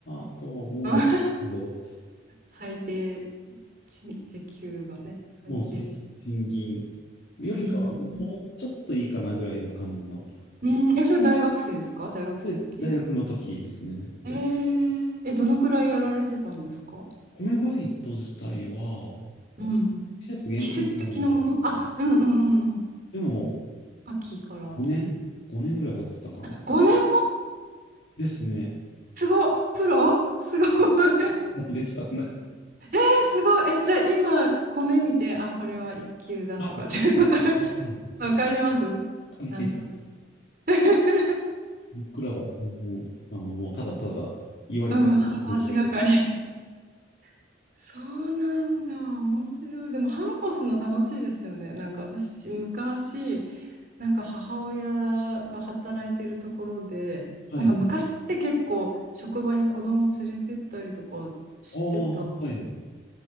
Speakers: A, on the left; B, on the right.
A: なとは思うんですけど、
B: <laughs> 最低賃時給がね、最低賃
A: もう最低賃金よりかは、
B: 金。
A: もうちょっといいかなぐらいの感じの。
B: うん。うん、え、それ大学生ですか大学生の時
A: で、大学の時ですね。
B: えー、え、どのくらいやられてたんですか
A: 米バイト自体は、
B: うん。
A: 季節限定になるので、
B: 季節的なものあ、
A: やっぱり。
B: うんうんうんうん。
A: でも、
B: 秋から。
A: 5年 ?5 年ぐらいやってたかな。
B: 5年も
A: ですね。
B: すごっプロすごい。<laughs>
A: ないです。あんな、
B: え、すごい。え、じゃあ今、米見て、あ、これは一級だとかってわかる、
A: あ、僕らも、わかんないです。
B: <laughs> わかりますなんとなく。
A: わかんないです。
B: <laughs>
A: 僕らは全然、あの、もうただただ言われたとおり
B: うん、反抗しがかり。<laughs> そうなんだ。面白い。でも反抗するの楽しいですよね。なんか私、昔、なんか母親が働いてるところで、
A: はい。
B: なんか昔って結構職場に子供連れてったりとかしてた
A: ああ、はい。